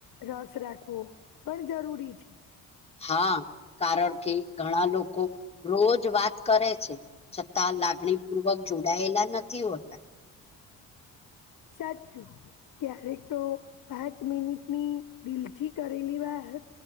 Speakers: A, on the left (about 60°); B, on the left (about 15°).
A: રસ રાખવો પણ જરૂરી છે.
B: હા કારણ કે ઘણા લોકો રોજ વાત કરે છે છતાં લાગ લાગણી પૂર્વક જોડાયેલા નથી હોતા.
A: સાચું ક્યારેક તો પાંચ મિનિટની દિલ થી કરેલી વાત.